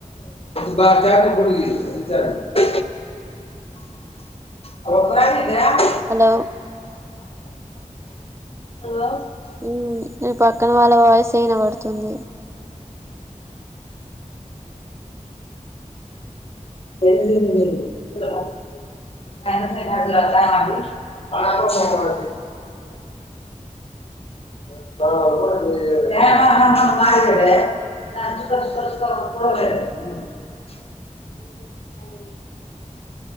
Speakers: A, on the left; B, on the right.
A: బట్ట <unintelligible> <unintelligible> అకురాద <unintelligible>
B: హలో
A: హలో
B: ఉమ్ నీ పక్కన వాళ్ళ వాయిసే వినబడుతుంది
A: అ <unintelligible> మర్చర్చ <unintelligible>